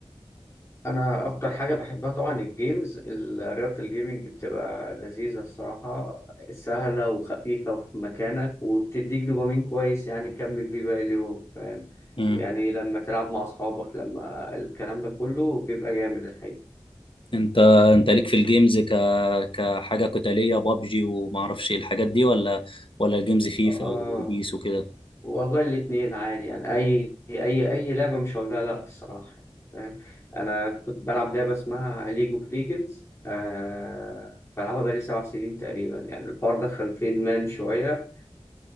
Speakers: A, on the left; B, on the left.
A: انا اكتر حاجه بحبها طبعا الجيمز ال- رياضه الجيمنج بتبقى لذيذه الصراحه سهله وخفيفه وفي مكانك وبتديك دوبامين كويس يعني تكمل بيه باقي اليوم فاهم
B: مم.
A: يعني لما تلعب مع اصحابك لما الكلام ده كله بيبقى جامد الحقيقه
B: انت انت ليك في الجيمز ك كحاجه قتاليه بابجي وما اعرفش ايه الحاجات دي ولا ولا الجيمز فيفا
A: آه
B: وبيس وكده
A: والله الاتنين عادي يعني اي اي اي لعبه مش هقول لها لا الصراحه فاهم انا كنت بلعب لعبه اسمها ليج اوف ليجندز آه بلعبها بقالي سبع سنين تقريبا يعني الحوار دخل في ادمان شويه